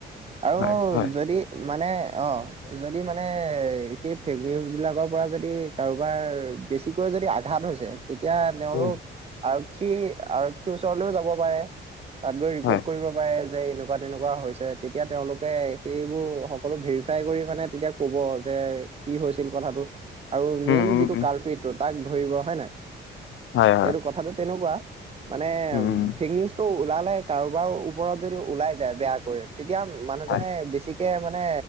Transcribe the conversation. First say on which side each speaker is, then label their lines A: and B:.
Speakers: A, on the right; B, on the left.
A: <unintelligible> আৰু
B: হয় হয়
A: যদি মানে অ, যদি মানেএএ সেই ফেক নিউজ বিলাকৰ পৰা যদি কাৰোবাৰ বেছিক <unintelligible> কৈ যদি আঘাত হৈছে তেতিয়া তেওঁলোক
B: উম
A: আৰু আৰক্ষী আৰক্ষীৰ ওচৰলৈও যাব পাৰে তাত গৈ ৰিপৰ্ট
B: হয়
A: কৰিব পাৰে যে এনেকুৱা তেনেকুৱা হৈছে তেতিয়া তেওঁলোকে সেইবোৰ সকলো ভেৰিফাই কৰি মানে তেতিয়া কব যে কি হৈছিল কথাটো আৰু
B: উম
A: মেইন
B: উম
A: যিটো
B: উম
A: কাল্প তাক ধৰিব হয় নাই
B: হয় হয়
A: এইটো কথাটো তেনেকুৱা মানে
B: উম
A: ফেক নিউজটো ওলালে কাৰোবাৰ ওপৰত যদি ওলাই যায় বেয়াকৈ <unintelligible> তেতিয়া মানুহজনে
B: হয়
A: বেছি তাকেই মানে,